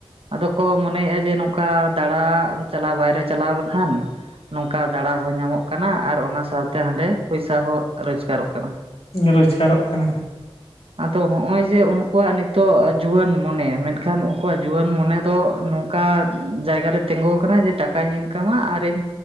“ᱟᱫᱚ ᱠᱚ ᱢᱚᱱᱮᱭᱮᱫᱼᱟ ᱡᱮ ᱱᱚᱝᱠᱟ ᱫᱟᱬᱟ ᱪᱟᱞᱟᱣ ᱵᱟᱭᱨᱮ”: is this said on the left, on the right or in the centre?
Right